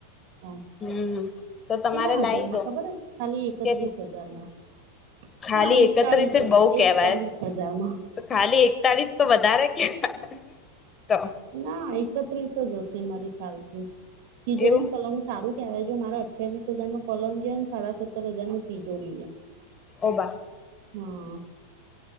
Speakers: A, on the right; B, on the left.
A: હ
B: હમ તો તમારે
A: કેટલા
B: લાવી
A: હજારમાં
B: દો
A: ખબર હે? ખાલી એકત્રીસ
B: કે
A: હજારમાં
B: ખાલી
A: ના એકતાલીસ
B: એકત્રીસે
A: હજાર,
B: બઉ કેવાય
A: એકતાલીસ હજારમાં
B: તો ખાલી એકતાળીસ તો વધારે કેવાય તો
A: ના એકત્રીસ જ હશે મારી ખ્યાલથી તિજોરીને
B: એવું
A: પલંગ સારું જો મારા અઠ્યાવીસ હજાર નો પલંગ ગયો ને સાડા સત્તર હજાર ની તિજોરી એમ
B: ઓબા
A: હા